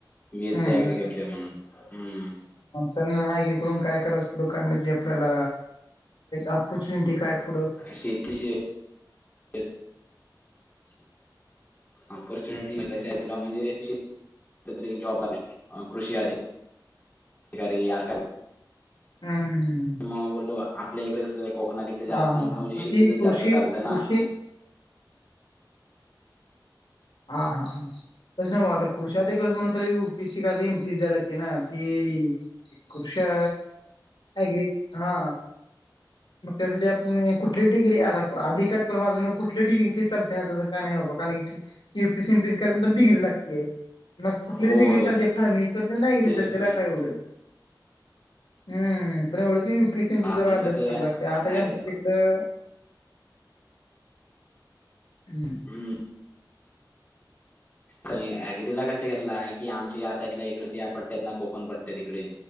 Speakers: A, on the left; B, on the left.
A: बी
B: हं,
A: एस सी अग्रिकल्चर म्हणून हम्म
B: तेन एग्रीकरून काय करायच पुढ <inaudible> काय म्हणजे आपल्याला ऑपॉर्च्युनिटी काय पुढं?
A: शेती श <unintelligible>
B: <inaudible>
A: ऑपॉर्च्युनिटी -कशी आहे- तुला म्हणजेुठरी -जॉब कृषी आध <unintelligible> कि अरे आजकाल-
B: हं, हं,
A: मग बोललो आपल्या इकडेच कोकणात इकडे जास्त
B: हा-
A: आमचं
B: हा- हा
A: म्हणजे
B: मग
A: शेतीच
B: ती कृषी
A: जास्त चालतं
B: -कृषी
A: ना
B: हा -हा- हा तस नव्ह आता कृषी अधिकारी म्हणतेलेव यूपीशी काय तर इम पीसी द्याय लागते ना ती <inaudible> कृषा एग्री <inaudible> हा मग त्यासाठी आपण कुठली डिग्री अधिकच <unintelligible> परमात््या कुठ डग्री इथली चालत्या तस काय नाही बाबा कारण की युपीएस एमपीएस कराय डिग्री लागते मग कुठली
A: होय
B: तरी डिग्री लागत्या फार्मसी नाहीतर एग्रीकल्चर
A: ते
B: त्याला
A: पण
B: काय एवढ हम्म पण एवढं ती यूपीएससी -एमपीसीच
A: आपण
B: जरा अभ्यास
A: कसं
B: कराय लागते आता काय
A: ऍग
B: आमच्या इकडं <inaudible> हम्म
A: हम्म आणि एग्रीला कसे घेतला आहे की आमच्या या साईडला इकडे पट्ट्या आहेत ना कोकण पट्ट्यात इकडे